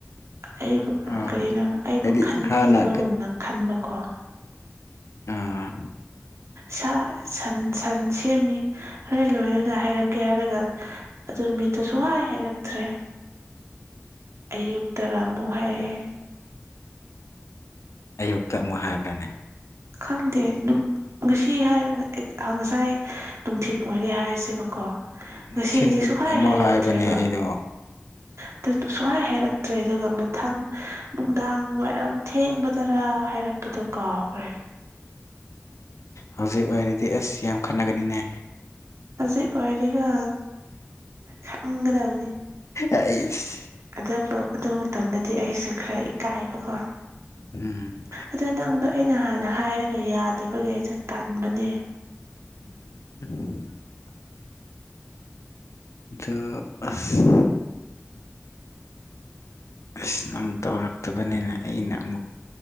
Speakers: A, on the right; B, on the left.
A: ꯑꯩꯕꯨ
B: ꯑꯥ
A: ꯀꯔꯤꯅꯣ ꯑꯩꯕꯨ
B: ꯍꯥꯏꯗꯤ
A: ꯈꯟꯕꯤꯗꯕꯒꯨꯝꯅ
B: ꯍꯥꯟꯅ
A: ꯈꯟꯕꯀꯣ
B: ꯑꯥ
A: ꯁꯥ ꯁꯟ ꯁꯟ ꯁꯦꯝꯃꯤ ꯍꯣꯔꯦꯟ ꯂꯣꯏꯔꯒ ꯍꯥꯏꯔꯛꯀꯦ ꯍꯥꯏꯔꯒ ꯑꯗꯨ ꯅꯨꯃꯤꯠꯇꯨ ꯁꯨꯍꯥꯏ ꯍꯥꯏꯔꯛ ꯇ꯭ꯔꯦ ꯑꯌꯨꯛꯇ ꯑꯃꯨꯛ ꯍꯥꯏꯔꯛꯑꯦ
B: ꯑꯌꯨꯛꯇ ꯑꯃꯨꯛ ꯍꯥꯏꯕ꯭ꯔꯅꯦ
A: ꯈꯪꯗꯦ ꯉꯁꯤ ꯍꯥꯏꯔꯒ ꯑꯥ ꯉꯁꯥꯏ ꯅꯨꯡꯊꯤꯜ ꯑꯣꯏꯔꯦ ꯍꯥꯏꯔꯁꯦꯕꯀꯣ
B: ꯎꯝ
A: ꯉꯁꯤꯒꯤꯗꯤ
B: ꯅꯨꯡꯊꯤꯟꯗ
A: ꯁꯨꯛꯍꯥꯢ
B: ꯑꯃꯨꯛ
A: ꯍꯥꯏꯔꯛꯇ꯭ꯔꯦꯕ
B: ꯍꯥꯏꯕꯅꯦ ꯑꯩꯗꯣ
A: ꯑꯗꯨ ꯁꯨꯡꯍꯥꯏ ꯍꯥꯏꯔꯛꯇ꯭ꯔꯦ ꯑꯗꯨꯒ ꯃꯊꯪ ꯅꯨꯡꯗꯥꯡ ꯋꯥꯏꯔꯝ ꯊꯦꯡꯕꯗ ꯇꯔꯥ ꯍꯥꯏꯔꯛꯄꯗꯣ ꯀꯥꯎꯒ꯭ꯔꯦ
B: ꯍꯧꯖꯤꯛ ꯑꯣꯏꯔꯗꯤ ꯑꯁ ꯌꯥꯝ ꯈꯠꯅꯒꯅꯤꯅꯦ
A: ꯍꯧꯖꯤꯛ ꯑꯣꯏꯔꯗꯤꯀꯣ ꯈꯪꯒꯗꯕꯅꯤ
B: ꯑꯩꯁ
A: ꯑꯗꯨꯕꯨ ꯑꯗꯨ ꯃꯇꯝꯗꯗꯤ ꯑꯩꯁꯨ ꯈꯔ ꯏꯀꯥꯏꯕꯀꯣ
B: ꯎꯝ
A: ꯑꯗ ꯅꯪꯗꯣ ꯑꯩꯅ ꯍꯥꯟꯅ ꯍꯥꯏꯔꯒ ꯌꯥꯗꯕꯒꯤ ꯑꯩꯖꯨ ꯇꯟꯕꯅꯦ
B: <inaudible> ꯗꯣ ꯑꯁ ꯑꯁ ꯅꯪ ꯇꯧꯔꯛꯇꯕꯅꯦꯅ ꯑꯩꯅ ꯑꯃꯨꯛ